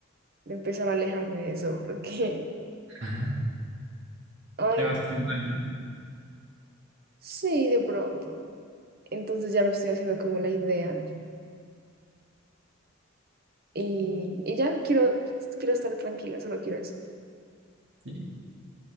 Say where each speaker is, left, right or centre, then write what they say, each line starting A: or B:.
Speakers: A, on the right (about 45°); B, on the right (about 65°).
A: de empezar a alejarme de eso, porque,
B: Ajá.
A: ay,
B: Te vas
A: no.
B: a hacer daño.
A: Sí, de pronto. Entonces ya me estoy haciendo como la idea. Y, y ya, quiero, quiero estar tranquila, solo quiero eso.
B: Sí.